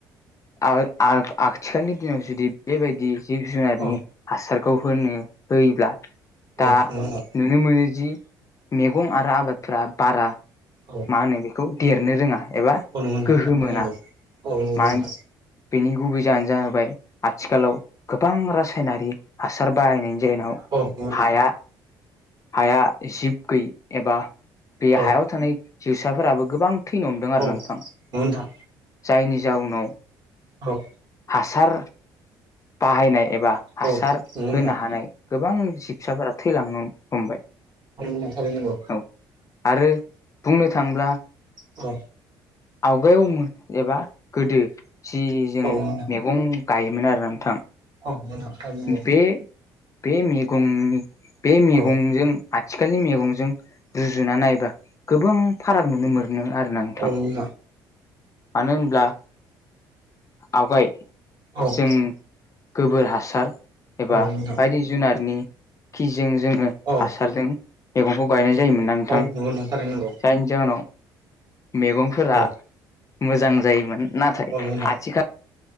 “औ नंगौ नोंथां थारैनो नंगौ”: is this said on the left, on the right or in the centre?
Right